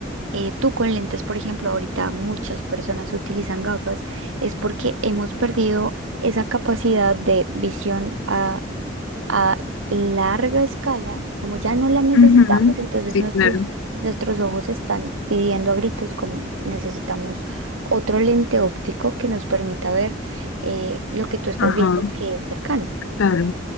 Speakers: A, on the right; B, on the left.
A: Eh, tú con lentes, por ejemplo, ahorita muchas personas utilizan gafas, es porque hemos perdido esa capacidad de visión a larga escala, como ya no la necesitamos,
B: ujú,
A: entonces
B: Sí,
A: nuestros,
B: claro.
A: nuestros ojos están pidiendo a gritos como necesitamos otro lente óptico que nos permita ver eh, lo que tú estás
B: ajá,
A: viendo que es cercano.
B: claro.